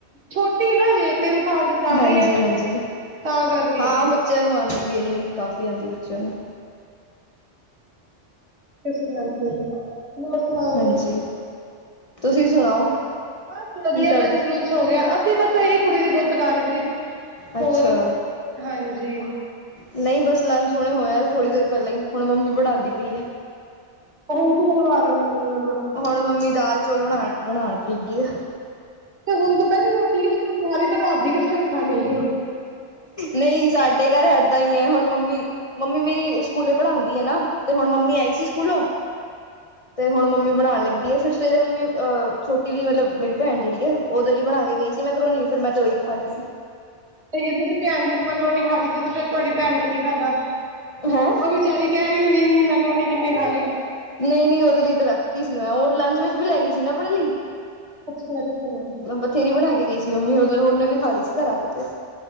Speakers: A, on the right (about 65°); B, on the left (about 40°).
A: ਛੋਟੀ ਏ ਨਾ ਅਜੇ ਤਿੰਨ ਸਾਲ ਦੀ ਸਾਰੀ
B: ਹਾਂਜੀ-ਹਾਂਜੀ,
A: ਹੈ ਤਾਂ ਕਰਕੇ
B: ਹਾਂ ਬੱਚਿਆਂ ਨੂੰ ਆਂਦੀ ਵੀ ਏ ਨੀਂਦ, ਕਾਫ਼ੀ ਆਂਦੀ ਏ ਬੱਚਿਆਂ ਨੂੰ।
A: ਇਸੇ ਕਰਕੇ, ਬਸ ਬਸ।
B: ਹਾਂਜੀ ਤੁਸੀਂ ਸੁਣਾਓ
A: ਬਸ, ਵਧੀਆ
B: ਕੀ ਕਰਦੇ
A: ਲੰਚ-ਲੁੰਚ ਹੋਗਿਆ, ਅਸੀਂ ਬਸ ਇਹੀ ਕੁੜੀ ਦੀ ਗੁੱਤ ਕਰ ਰਹੀ ਸੀ।
B: ਅੱਛਾ।
A: ਹੋਰ ਹਾਂਜੀ
B: ਨਹੀਂ ਬਸ ਲੰਚ ਹੁਣੇ ਹੋਇਆ ਸੀ ਥੋੜੀ ਦੇਰ ਪਹਿਲਾਂ ਈ, ਹੁਣ ਮੰਮੀ ਬਣਾਂਦੀ ਪਈ ਐ।
A: ਹੁਣ ਕੀ ਬਣਵਾ ਰਹੇ ਓ, ਮੰਮੀ ਕੋਲੋ?
B: ਹੁਣ ਮੰਮੀ ਦਾਲ-ਚੌਲ ਬਣਾ, ਬਣਾਣ ਲਗੀ ਆ।
A: ਤੇ ਹੁਣ ਦੁਪਹਿਰੀ ਰੋਟੀ ਕਿਸ ਟਾਈਮ ਖਾ ਰਹੀ, ਤੇ ਰ੍ਹਾਤ ਦੀ ਕਿਸ ਟਾਈਮ ਖਾਂਨੀ?
B: ਨਹੀਂ ਸਾਡੇ ਘਰ ਐ ਐਦਾਂ ਹੀ ਏ, ਹੁਣ ਮੰਮੀ, ਮੰਮੀ ਮੇਰੀ ਸਕੂਲੇ ਪੜ੍ਹਾਂਦੀ ਏ ਨਾ। ਤੇ ਹੁਣ ਮੰਮੀ ਆਈ ਸੀ ਸਕੂਲੋ, ਤੇ ਹੁਣ ਮੰਮੀ ਬਣਾਣ ਲੱਗੀ ਏ, ਫਿਰ ਸਵੇਰੇ ਮੰਮੀ ਅ ਛੋਟੀ ਲਈ ਮਤਲਬ, ਮੇਰੀ ਭੈਣ ਜਿਹੜੀ ਏ, ਉਹਦੇ ਲਈ ਬਣਾਕੇ ਗਈ ਸੀ ਮੈਂ ਮੈਕਰੋਨੀ। ਫੇਰ ਮੈਂ ਤਾਂ ਓਈ ਖਾਲੀ ਸੀ।
A: ਜੇ ਤੁਸੀਂ ਭੈਣ ਦੀ ਮਕਰੋਨੀ ਖਾਲੀ ਸੀ ਫਿਰ ਤੁਹਾਡੀ ਭੈਣ ਨੇ ਕੀ ਖਾਧਾ <inaudible>
B: ਹੈਂ
A: ਓ ਵਿਚਾਰੀ ਕੈਰੀ ਹੋਣੀ ਮੇਰੀ ਮੈਕਰੋਨੀ ਕੀਨੇ ਖਾਲੀ।
B: ਨਈ ਨਈ ਓਦੇ ਲਈ ਤਾਂ ਰੱਖਤੀ ਸੀ ਮੈਂ ਓ ਲੰਚ ਵਿੱਚ ਵੀ ਲੈਗੀ ਸੀ ਨਾ ਆਪਣੇ ਲਈ।
A: ਅੱਛਾ-ਅੱਛਾ
B: ਬਥੇਰੀ ਬਣਾ ਕੇ ਗਈ ਸੀ ਮੰਮੀ ਓਦੋਂ ਓਨੇ ਵੀ ਖਾ ਲਈ ਸੀ ਘਰ ਆ ਕੇ ਫਿਰ।